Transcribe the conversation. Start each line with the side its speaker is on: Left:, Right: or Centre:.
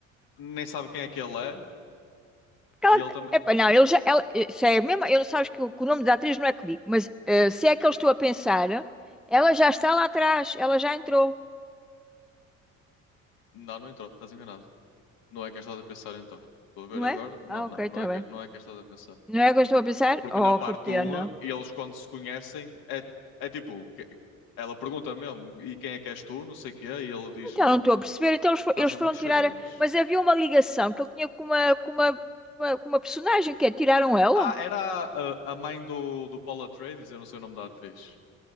Left: nem sabe quem é que ele é
Centre: Porque Ela...
Left: e ele também.
Centre: Epá, não, ele já. Ela... Isso é mesmo. Eu, sabes que o, que o nome da atriz não é comigo, mas eh, se é que eu estou a pensar, ela já está lá atrás. Ela já entrou,
Left: Não, não entrou, estás enganado. Não é quem estás a pensar então. Estou a ver
Centre: não
Left: agora.
Centre: é?
Left: Não,
Centre: Ah,
Left: não,
Centre: ok,
Left: não
Centre: está
Left: é quem,
Centre: bem.
Left: não é quem estás a pensar.
Centre: Não é que eu
Left: Ent-
Centre: estou a pensar?
Left: Porque
Centre: Oh,
Left: na parte
Centre: que pena.
Left: 1, eles quando se conhecem, é, é tipo, que- ela pergunta mesmo, e quem é que és tu? Não sei o quê, e ele diz-lhe,
Centre: Então, não estou a perceber. Então, eles, fo-
Left: estás
Centre: eles
Left: em
Centre: foram
Left: muitos charilhos.
Centre: tirar. a- Mas havia uma ligação que ele tinha com uma, com uma, com uma, com uma personagem que é, tiraram ela.
Left: Ah, era a, a mãe do, do Paul Atreides, eu não sei o nome da atriz.